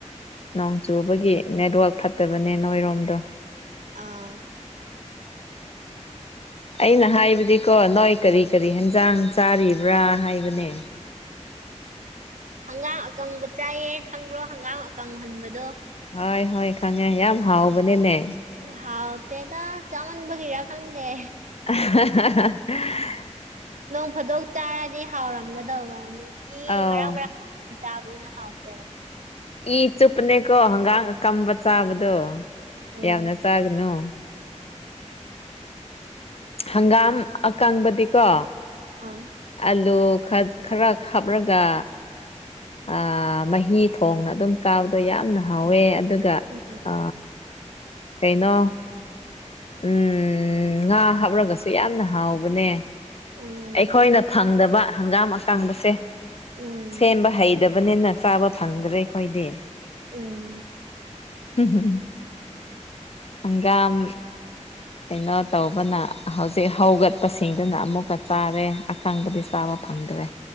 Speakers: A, on the left; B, on the right.
A: ꯅꯣꯡ ꯆꯨꯕꯒꯤ ꯅꯦꯠꯋꯥꯛ ꯐꯠꯇꯕꯅꯦ ꯅꯣꯏꯔꯣꯝꯗꯣ
B: ꯑꯥ
A: ꯑꯩꯅ ꯍꯥꯏꯕꯗꯤꯀꯣ ꯅꯣꯏ ꯀꯔꯤ ꯀꯔꯤ ꯍꯦꯟꯖꯥꯡ ꯆꯥꯔꯤꯕ꯭ꯔꯥ ꯍꯥꯏꯕꯅꯦ
B: ꯍꯪꯒꯥꯝ ꯑꯀꯪꯕ ꯆꯥꯏꯌꯦ ꯈꯪꯕ꯭ꯔꯣ ꯍꯪꯒꯥꯝ ꯑꯀꯪꯍꯟꯕꯗꯣ
A: ꯍꯣꯏ ꯍꯣꯏ ꯈꯪꯉꯦ ꯌꯥꯝ ꯍꯥꯎꯕꯅꯤꯅꯦ
B: ꯍꯥꯎ ꯇꯦꯗ ꯆꯥꯃꯟꯕꯒꯤꯔ ꯈꯪꯗꯦ
A: ꯑ ꯍ ꯍ ꯍ
B: ꯅꯣꯡ ꯐꯥꯗꯣꯛ ꯆꯥꯔꯗꯤ ꯍꯥꯎꯔꯝꯒꯗꯧꯕ ꯅꯨꯡꯇꯤ
A: ꯑꯥꯎ
B: ꯃꯔꯥꯛ ꯃꯔꯥꯛ ꯄꯨꯡ ꯆꯥꯕꯅꯤꯅ ꯍꯥꯎꯇꯦꯕ
A: ꯏ ꯆꯨꯞꯄꯅꯦꯀꯣ ꯍꯒꯥꯥꯡ ꯑꯀꯝꯕ ꯆꯥꯕꯗꯣ
B: ꯎ
A: ꯌꯥꯎꯅ ꯆꯒꯅꯣ ꯍꯪꯒꯥꯝ ꯑꯀꯪꯕꯗꯤꯀꯣ
B: ꯍꯥꯎ
A: ꯑꯂꯨ ꯈꯠ ꯈꯔ ꯍꯥꯞꯔꯒ
B: <unintelligible>
A: ꯑ ꯃꯍꯤ ꯊꯣꯡꯅ ꯑꯗꯨꯝ ꯀꯥꯕꯗꯣ ꯌꯥꯝꯅ ꯍꯥꯎꯋꯦ ꯑꯗꯨꯒ
B: ꯎꯝ
A: ꯑ ꯀꯩꯅꯣ ꯎꯝ ꯉꯥ ꯍꯥꯞꯔꯒꯁꯨ ꯌꯥꯝꯅ ꯍꯥꯎꯕꯅꯦ
B: ꯎꯝ
A: ꯑꯩꯈꯣꯏꯅ ꯐꯪꯗꯕ ꯍꯪꯒꯥꯝ ꯑꯀꯥꯡꯕꯁꯦ
B: ꯎꯝ
A: ꯁꯦꯝꯕ ꯍꯩꯗꯞ ꯕꯅꯤꯅ ꯆꯥꯕ ꯐꯪꯗ꯭ꯔꯦ ꯑꯩꯈꯣꯏꯗꯤ
B: ꯎꯝ
A: ꯍꯝ ꯍꯝ ꯍꯪꯒꯥꯥꯝ ꯀꯩꯅꯣ ꯇꯧꯕꯅ ꯍꯧꯖꯤꯛ ꯍꯧꯒꯠꯄꯁꯤꯡꯗꯨꯅ ꯑꯃꯨꯛꯀ ꯆꯥꯔꯦ ꯑꯀꯥꯡꯕꯗꯤ ꯆꯥꯕ ꯐꯪꯗ꯭ꯔꯦ